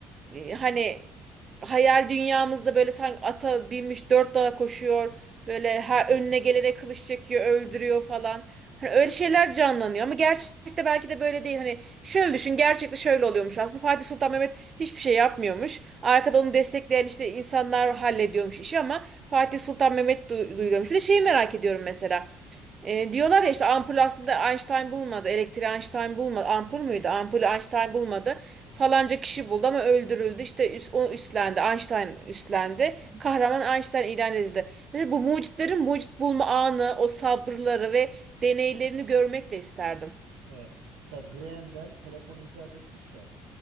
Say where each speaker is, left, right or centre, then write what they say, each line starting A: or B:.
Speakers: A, on the right; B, on the right.
A: e, hani hayal dünyamızda böyle sanki ata binmiş dört dala koşuyor. Böyle her
B: <laughs>
A: önüne gelene kılıç çekiyor, öldürüyor falan. Hani öyle şeyler canlanıyor ama gerçekte belki de böyle değil. Hani şöyle düşün, gerçekte şöyle oluyormuş. Aslında Fatih Sultan Mehmet hiçbir şey yapmıyormuş. Arkada onu destekleyen işte insanlar hallediyormuş işi ama Fatih Sultan Mehmet du- duyuluyormuş. Bir de şeyi merak ediyorum mesela. E, diyorlar ya işte ampul aslında Einstein bulmadı. Elektriği Einstein bulmadı. Ampul
B: Hı.
A: müydü? Ampulü Einstein bulmadı. Falanca kişi buldu ama öldürüldü. İşte üst, o üstlendi. Einstein üstlendi. Kahraman Einstein ilan edildi. Mesela bu mucitlerin mucit bulma anı, o sabırları ve deneylerini görmek de isterdim.
B: Evet. Mesela Graham Bell telefon icat etmiş ya.